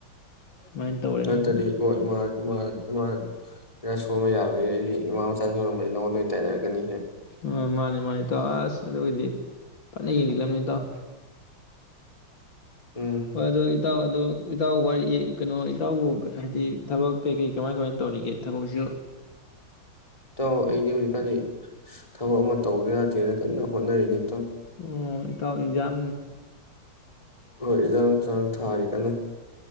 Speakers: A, on the left; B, on the left.
A: ꯁꯨꯃꯥꯏꯅ ꯇꯧꯔꯦ ꯑ
B: ꯅꯠꯇꯗꯤ ꯍꯣꯏ ꯃꯥ ꯏꯃꯥ ꯏꯃꯥ <unintelligible> ꯁꯣꯟꯕ ꯌꯥꯔꯣꯏ ꯑꯩꯗꯤ ꯏꯃꯥ ꯃꯁꯥ ꯁꯣꯟꯕ ꯅꯪꯉꯣꯟꯗ ꯑꯣꯏꯅ ꯇꯥꯏꯅꯔꯛꯀꯅꯤꯍꯦ
A: ꯑ ꯃꯥꯅꯤ ꯃꯥꯅꯤ ꯇꯥꯎ ꯑꯁ ꯑꯗꯨꯒꯤꯗꯤ ꯀꯟꯅ ꯌꯦꯡꯁꯤꯜꯂꯝꯅꯤ ꯏꯇꯥꯎ
B: ꯎꯝ
A: ꯑꯗꯨ ꯏ ꯏꯇꯥꯎ ꯑꯗꯨ ꯏꯇꯥꯎ ꯋꯥꯔꯤ ꯀꯩꯅꯣ ꯏꯇꯥꯎꯕꯨ ꯍꯥꯏꯗꯤ ꯊꯕꯛ ꯀꯩ ꯀꯩ ꯀꯃꯥꯏ ꯀꯃꯥꯏ ꯇꯧꯔꯤꯒꯦ ꯊꯕꯛꯁꯨ
B: ꯇꯥꯎ ꯑꯩꯗꯤ ꯍꯧꯖꯤꯛꯀꯥꯟꯗꯤ ꯊꯕꯛ ꯑꯃ ꯇꯧꯗ ꯌꯥꯗꯦꯅ ꯀꯟꯅ ꯍꯣꯠꯅꯔꯤꯅꯤ ꯇꯧ
A: ꯑꯣ ꯏꯀꯥꯎ ꯏꯖꯥꯛ
B: ꯍꯣꯏ ꯏꯟꯖꯥꯡ ꯆꯥꯡ ꯊꯥꯔꯤ ꯀꯟꯅ